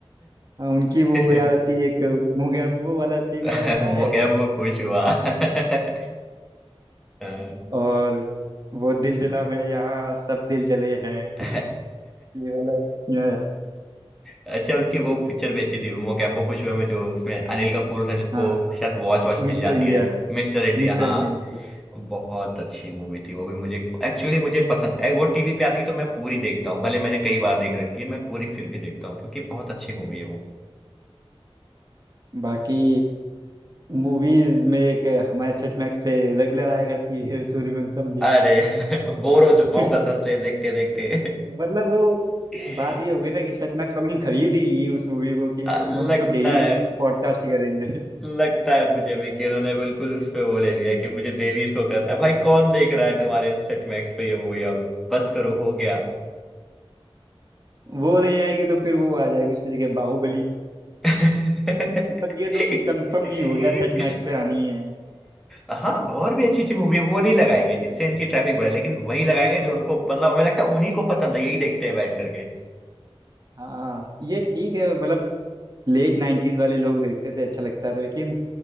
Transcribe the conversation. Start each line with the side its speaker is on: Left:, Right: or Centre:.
Right: हाँ, उनकी वो
Centre: <laughs>
Right: याद आती है एक मुगेम्बो वाला सीन
Centre: <laughs>
Right: याद आता
Centre: वो
Right: है
Centre: क्या वो खुश हुआ <laughs> हाँ।
Right: और वो दिल जला में यहाँ सब दिल जले हैं
Centre: <laughs>
Right: ये वाला या, या,
Centre: अच्छा उनकी वो पिक्चर भी अच्छी थी मोगैम्बो खुश हुआ में जो उसमें अनिल कपूर था जिसको
Right: हाँ
Centre: शायद वॉच वॉच मिल
Right: Mister
Centre: जाती
Right: India
Centre: है मिस्टर इंडिया
Right: Mister
Centre: हाँ
Right: India movie
Centre: बहुत अच्छी मूवी थी वो भी मुझे एक्चुअली मुझे पसंद ए, वो टीवी पे आती है तो मैं पूरी देखता हूँ भले मैंने कई बार देख रखी है मैं पूरी फिर भी देखता हूँ क्योंकि बहुत अच्छी मूवी है वो
Right: बाकी मूवीज में एक हमारे सेट मैक्स पे रेगुलर आया करती है सूर्यवंशम भी
Centre: अरे <laughs> बोर हो चुका
Right: <laughs>
Centre: हूँ कसम से देखते देखते
Right: मतलब वो
Centre: <laughs>
Right: बात ये हो गई ना कि सेट मैक्स वालों ने खरीद ही ली उस मूवी को कि
Centre: लगता
Right: हम उसको डेली
Centre: है
Right: पॉडकास्ट करेंगे
Centre: लगता है मुझे भी कि उन्होंने बिल्कुल उस पे वो ले लिया कि मुझे डेली इसको करना है भाई कौन देख रहा है तुम्हारे सेट मैक्स पे ये मूवी अब बस करो हो गया
Right: <laughs> वो नहीं आएगी तो फिर वो आ जाएगी उसकी जगह बाहुबली
Centre: <laughs>
Right: मतलब ये दो तो कंफर्म ही हो गया सेट मैक्स पे आनी है
Centre: हाँ और भी अच्छी अच्छी मूवी है वो नहीं लगाएंगे जिससे इनकी ट्रैफिक बढ़े लेकिन वही लगाएंगे जो उनको मतलब हमें लगता है उन्हीं को पसंद है यही देखते हैं बैठ करके
Right: हाँ ये ठीक है मतलब लेट नाइन्टीज वाले लोग देखते थे अच्छा लगता था लेकिन